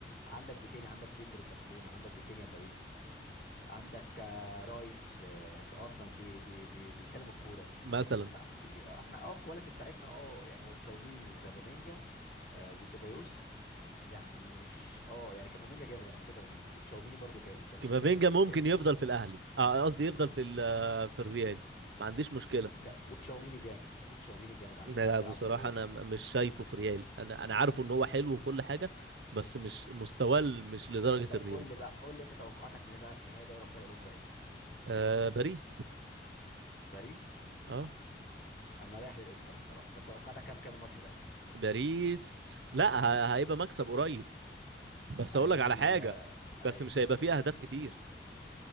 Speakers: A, on the left; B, on the right.
A: عندك فيتينيا عندك بيدري في برشلونة عندك فيتينيا في باريس عندك آه، رايس في في ارسنال بي بي بي بيكلم الكوره
B: مثلا
A: لا في آه، احنا اه الكواليتي بتاعتنا اه يعني هو تشاوميني وكافامينجا آه وسيبايوس يعني مش اه يعني كافامينجا جامد انا بحب كافامينجا وتشاوميني برضو جامد بس
B: كامافينجا
A: ستة
B: ممكن
A: ستة
B: يفضل في الاهلي آه، قصدي يفضل في ال- آه، في الريال ما عنديش مشكله
A: ك... وتشاوميني جامد وتشاوميني جامد على
B: لا
A: فكرة قاعد بيلعب
B: بصراحه
A: بروح
B: انا م- مش شايفه في ريال انا انا عارفه ان هو حلو وكل حاجه بس مش مستواه ال- مش لدرجه
A: طب
B: الريال
A: قول لي بقى قول لي انت توقعاتك لنهائي نهائي دوري ابطال اوروبا ايه
B: آه باريس
A: باريس
B: اه
A: انا رايح للانتر بصراحة طب توقعاتك كام كام الماتش ده
B: باريس لا ه- هيبقى مكسب قريب بس
A: هيبقى
B: اقول لك على
A: في ال
B: حاجه
A: آه، ايوه
B: بس مش هيبقى فيه اهداف كتير